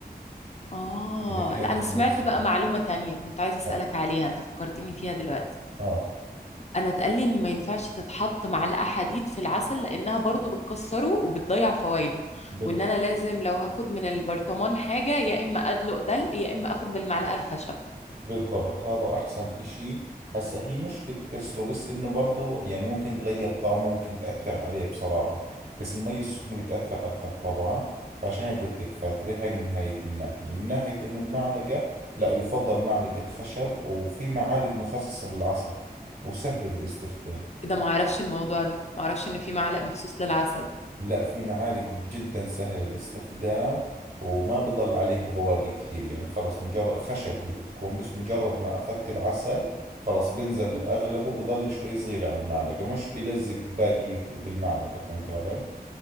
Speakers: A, on the left; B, on the right.
A: اه
B: إذا كانت
A: لا انا
B: المي
A: سمعت
B: سخنة
A: بقى معلومة تانية كنت عايزة اسألك
B: آه
A: عليها انت فكرتيني فيها دلوقتي
B: آه
A: انا اتقال لي ان ما ينفعش تتحط معلقه حديد في العسل لانها برضو بتكسره وبتضيع فوائده
B: بالضبط
A: وان انا لازم لو هاخد من البرطمان حاجه يا اما ادلق دلق يا اما اخد بالمعلقه الخشب
B: بالضبط هذا أحسن إشي هسا هي مش بتكسره بس إنه برضو يعني ممكن تغير طعمه ممكن تأثر عليه بصراحة بس المي السخنة بتأثر أكثر طبعا فعشان هيك قلت لك فاترة هاي من هاي الناحية من ناحية إنه المعلقة لا يفضل معلقة خشب وفي معالق مخصصة للعسل وسهلة بالاستخدام
A: إيه ده ما اعرفش الموضوع ده ما اعرفش ان في معلق مخصوص للعسل
B: لا في معالق جدا سهل الاستخدام وما بضل عليها بواقي كثير يعني خلص مجرد خشب هي بتكون بس مجرد ما أخذت العسل خلص بنزل أغلبه بضل شوي صغير على المعلقة مش بيلزق باقي بالمعلقة فهمت علي